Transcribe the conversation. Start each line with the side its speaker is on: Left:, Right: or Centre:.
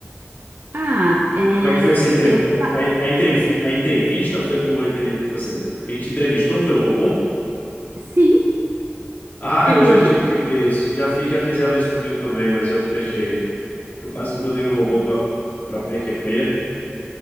Right: Ah, é.
Left: Como é que foi essa entrevista?
Right: Eu. fa-
Left: A, a, entrevi- a entrevista foi com o entre... você. Quem te entrevistou foi o robô?
Right: Sim,
Left: Ah,
Right: você acredita?
Left: eu já tive que ver isso. Já fiz, já fizeram isso comigo também, mas eu fechei. Eu quase que mandei o robô para para PQP